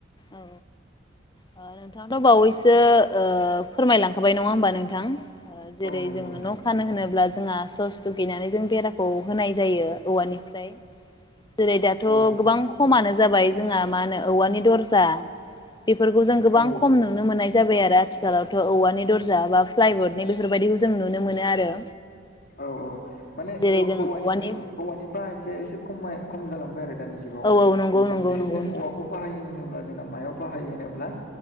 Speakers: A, on the left (about 20°); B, on the left (about 50°).
A: औ औ ओ नोंथांआथ' बावैसो फोरमायलांखाबाय नङा होमबा नोंथां? ओ जेरै
B: औ नंगौ
A: जोङो
B: नोंथां
A: न' फानो होनोब्ला जोंहा सस दुगैनानै जों बेराखौ होनाय जायो औवानिफ्राय। जेरै दाथ'
B: औ
A: गोबां खमानो जाबाय जोंहा मा होनो औवानि दरजा बेफोरखौ जों गोबां
B: औ
A: खम नु नुनो मोननाय जाबाय आरो आथिखालावथ' औवानि दरजा बा फ्लाइबर्डनि बेफोरबायदिखौ जों नुनो मोनो आरो।
B: औ औ माने
A: जेरै
B: औवानि-औवानि
A: जों औवानि
B: बाहायथिया एसे खमाय खम जालांबाय आरो दानि। जुगाव
A: औ औ नंगौ नंगौ
B: बांसिन
A: नंगौ
B: जों
A: नोंथां
B: औवाखौ बाहायो होनोब्ला जोंना मायाव बाहायो होनोब्ला